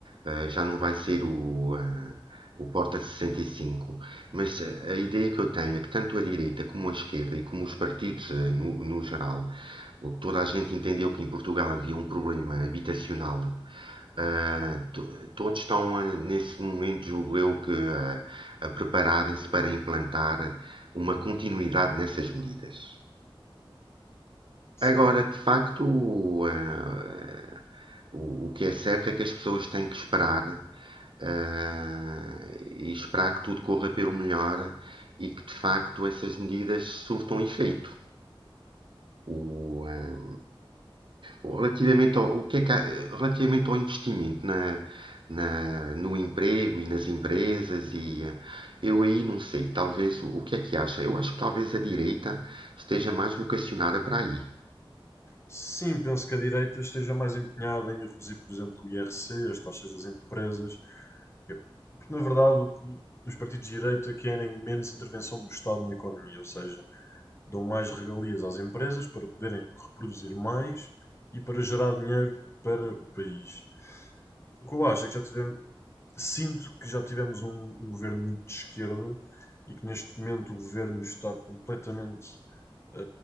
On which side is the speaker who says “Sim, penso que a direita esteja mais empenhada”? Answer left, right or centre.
Left